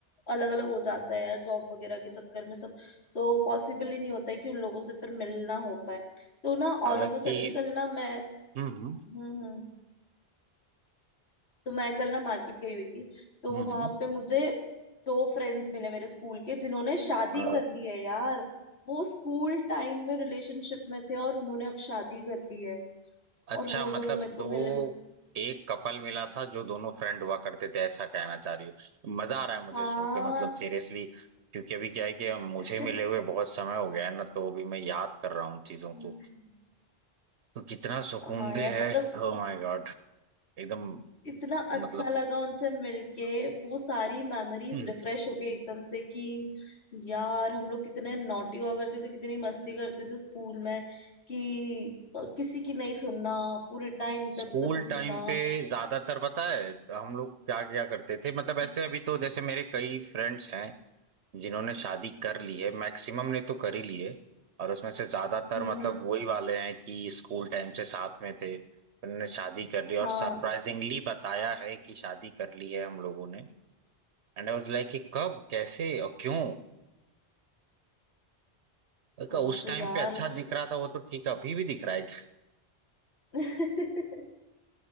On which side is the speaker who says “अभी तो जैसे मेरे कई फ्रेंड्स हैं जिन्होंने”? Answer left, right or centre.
Right